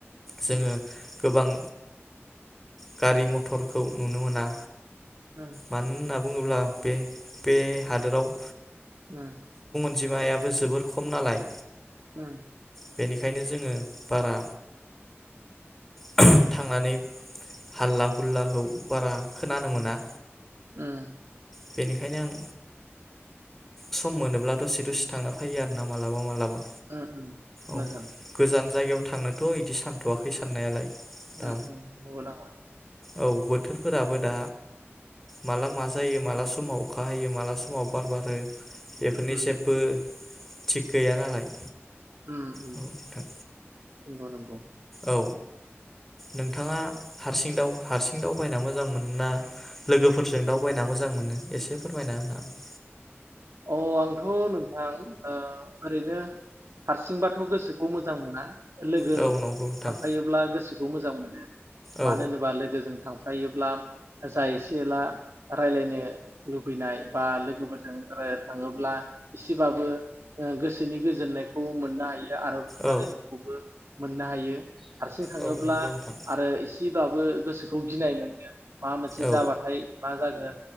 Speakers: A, in the centre; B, on the right.
A: जोङो
B: उम
A: गोबां गारि मथरखौ नुनो मोना।
B: उम
A: माननाब बुङोब्ला बे बे हादोराव
B: उम
A: बिमायाबो जोबोर खम नालाय।
B: उम्म।
A: बेनिखायनो जोंङो। बारा <unintelligible> थांनानै हाल्ला हुलाखौ बारा खोनानो मोना।
B: उम्म।
A: बेनिखायनो आं सम मोनोब्ला दसे दसे थांना फैयो आरो ना मालाबा मालाबा।
B: उम उम
A: औ
B: मोजां
A: गोजान जायगायाव थांनोथ' बिदि सान थवाखै साननायालाय।
B: उम्म
A: दा
B: उम्म नंगौ नामा?
A: औ बोथोरफोराबो दा माला मा जायो माला समाव अखा हायो माला समाव बार बारो बेफोरनि
B: उम
A: जेबो थिग गैया नालाय।
B: उम्म उम्म।
A: औ नोंथां
B: नोंगौ नंगौ।
A: औ। नोंथाङा हा हारसिं दावउ हारसिं दावबायना मोजां मोनो ना लोगोफोरजों दावबायना मोजां मोनो एसे फोरमायना होनो हागोन।
B: अ आंथ' नोंथां ओ ओरैनो हारसिंबाथ' गोसोखौ मोजां मोना। लोगो
A: हागोन औ नंगौ नोंथां
B: थांफायोब्ला गोसोखौ मोज जां मोनो।
A: औ
B: मानो होनोबा लोगोजों थांफा जायोब्ला जा एसे एला राय्लायनो लुबैनाय बा लोगोफोरजों थाङोब्ला एसेबाबो गोसोनि गोजोननायखौ मोननो हायो। आरो <unintelligible>
A: औ
B: मोननो हायो हारसिं थाङोब्ला
A: औ नंगौ नोंथां
B: आरो इसि बाबो गोसोखौ गिनाय मोनो। माबा मोनसे
A: औ
B: जाबाथाय मा जागोन